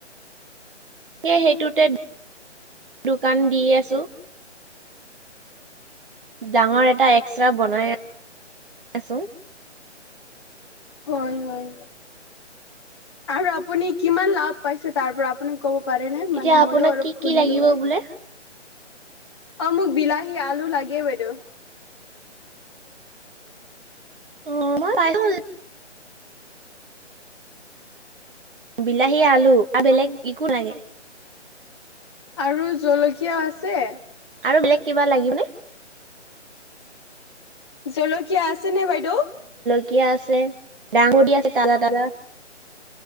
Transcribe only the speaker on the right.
কে সেইটোতে দোকান দি আছো। ডাঙৰ এটা এষ্ট্ৰা বনাই আছো।
এতিয়া
আপোনাক
কি কি
লাগিব
বোলে?
অ ম <unintelligible> বিলাহী আলু আৰু বেলেগ একো নালাগে?
আৰু বেলেগ কিবা লাগিবনে?
িয় আছে ডাঙ দি আছে াদা াদা